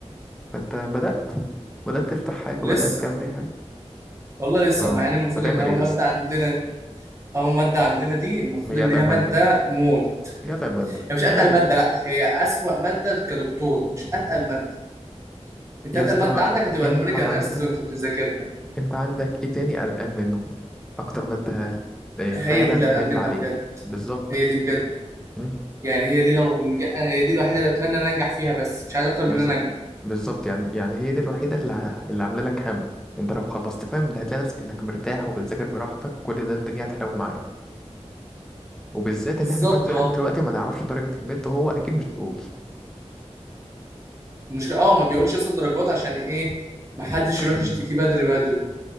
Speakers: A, in the centre; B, on the right.
A: فأنت بدأت بدأت تفتح حاجة
B: لسه
A: بدأت تعمل أي حاجة
B: والله لسه
A: تمام
B: مع ان المفروض
A: هتعمل
B: ان اول
A: إيه يا
B: ماده
A: اسطى؟
B: عندنا اول ماده عندنا دي المفروض
A: هي
B: ان
A: أتقل
B: هي ماده
A: مادة
B: موت
A: هي أتقل مادة
B: هي مش
A: يا
B: اتقل ماده لا هي اسوأ ماده كدكتور مش اتقل ماده انت
A: يا
B: اتقل
A: اسطى
B: ماده عندك هتبقى
A: أنت
B: النوميريكال
A: عندك
B: اناليسيز وانت بتذاكرها
A: أنت عندك إيه تاني قلقان منه؟ أكتر مادة إيه
B: هي
A: فعلا
B: دي اللي قلقان
A: حمل
B: منها
A: عليك
B: بجد
A: بالظبط
B: هي دي بجد
A: م?
B: يعني هي دي لو نج... انا هي دي الوحيده اللي اتمنى ان انجح فيها بس مش عايز اكتر
A: بز...
B: من ان انا انجح
A: بالظبط يعني يعني هي دي الوحيدة اللي, ع- اللي عاملة لك هم انت لو خلصت فاهم ده هتلاقي نفسك انك مرتاح وبتذاكر براحتك كل ده الدنيا هتحلو معاك وبالذات
B: بالظبط
A: ان احنا كمان لحد
B: اه
A: دلوقتي ما نعرفش درجة الميد وهو اكيد مش هيقول
B: المشكله اه ما بيقولش ياخد درجات عشان ايه محدش
A: عشان
B: يروح يشتكي بدري بدري